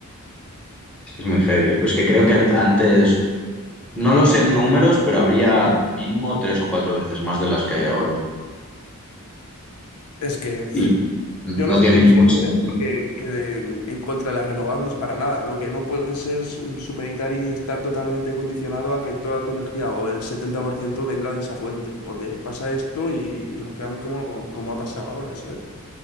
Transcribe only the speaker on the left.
Es que pf,
yo
no estoy
diciendo,
¿eh? que, que en en contra de las renovables para nada. Lo que no puedes es mm, supeditar y estar totalmente condicionado a que toda tu energía o el 70% venga de esa fuente, porque pasa esto y, y nos quedamos como, como ha pasado ahora, ¿sabes?